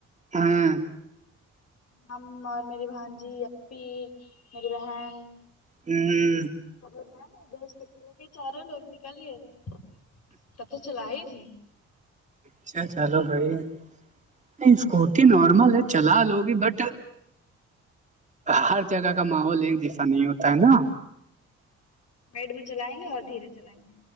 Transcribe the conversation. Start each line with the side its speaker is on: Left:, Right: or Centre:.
Right: ہاں
Left: ہم اور میری بھانجی اپی میری بہن
Right: ہاں
Left: ا نا دس کو لے کے چاروں لوگ نکلے تھ تب تو چلائی تھی
Right: اچھا چلو بھائی نہیں اسکوٹی نارمل ہے چلا لو گی بٹ ہر جگہ کا ماحول ہے جیسا نہیں ہوتا ہے نا
Left: میڈ میں چلائیں گے اور دھیرے چلائیں گے